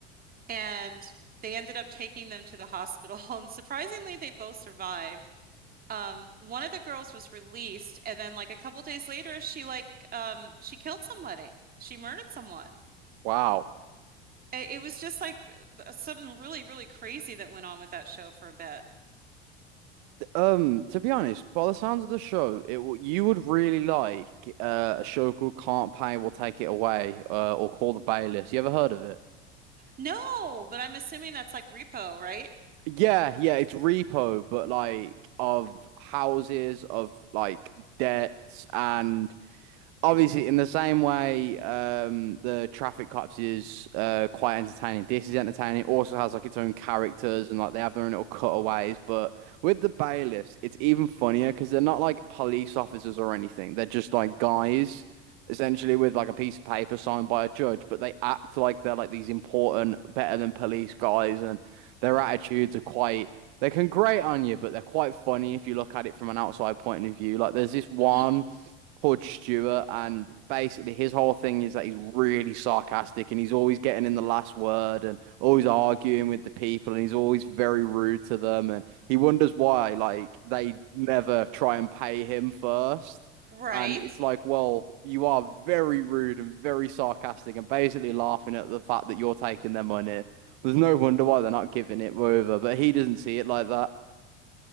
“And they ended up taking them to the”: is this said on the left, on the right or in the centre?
Right